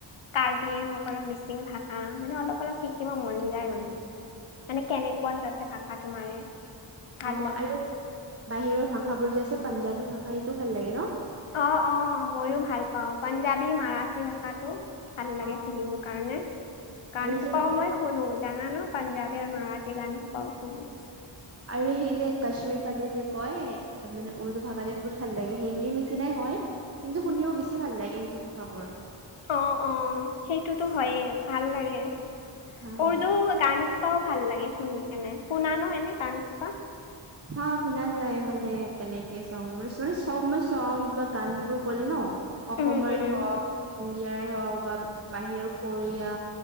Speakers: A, on the left; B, on the right.
A: কাৰ্বিসকলৰ মিচিং ভাষা মানে অলপ অলপ শিকি কিবা মন যায় মানে, মানে কেনেকুৱা সিহঁতে ভাষাটো মাৰে। ভাল
B: অ
A: লাগে।
B: আৰু বাহিৰৰ ভাষাবোৰ যে আছে পাঞ্জাৱী ভাষা সেইটো ভাল লাগে ন'?
A: অ অ মইও ভাল পাওঁ পাঞ্জাবী মাৰাঠী ভাষাটো ভাল
B: অ
A: লাগে শুনিব কাৰণে কাৰণ
B: আৰু
A: হোপাও
B: যে সেই
A: মই শুনো জানা ন পাঞ্জাৱী আৰু মাৰাঠী গান সোপাও শুনো।
B: আৰু সেই যে কাশ্মীৰ ফালে যে কয় মানে উৰ্দু ভাষাতে বহুত ভাল লাগে। হিন্দীৰ নিচিনাই হয়, কিন্তু শুনিব বেছি ভাল লাগে সেইটো কথাবোৰ।
A: অ', অ, সেইটোতো হয়য়ে ভাল লাগে।
B: অ
A: উৰ্দু গান সোপাও ভাল লাগে শুনি কেনে শুনা নহয় নে গান কেইটা?
B: হা শুনা যায় মানে তেনেকে <unintelligible> মান মানে চব মই চংছ বা গানবোৰ ক'লে ন' অসমে
A: উম উম
B: হওক ইয়াৰে হওক বা বাহিৰৰ কোৰিয়া,